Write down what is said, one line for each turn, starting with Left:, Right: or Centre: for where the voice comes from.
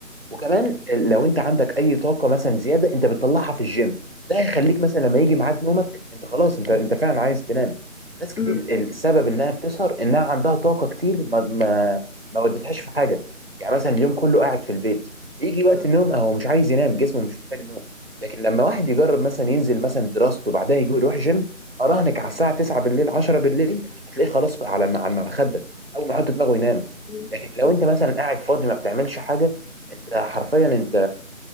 Right: وكمان لو انت عندك اي طاقه مثلا زياده انت بتطلعها في الجيم ده هيخليك مثلا لما يجي ميعاد نومك انت خلاص انت انت فعلا عايز تنام ناس كتير
Left: مم.
Right: السبب انها بتسهر انها عندها طاقه كتير ما ما ما ودتهاش في حاجه يعني مثلا اليوم كله قاعد في البيت يجي وقت
Left: مم.
Right: النوم اهو مش عايز ينام جسمه مش محتاج نوم لكن لما واحد يجرب مثلا ينزل مثلا دراسته بعدها يجي يروح جيم اراهنك على الساعه 9 بالليل 10 بالليل هتلاقيه خلاص على على المخده اول ما يحط دماغه ينام
Left: مم.
Right: لكن لو
Left: طب-
Right: انت مثلا قاعد فاضي ما بتعملش حاجه انت حرفيا انت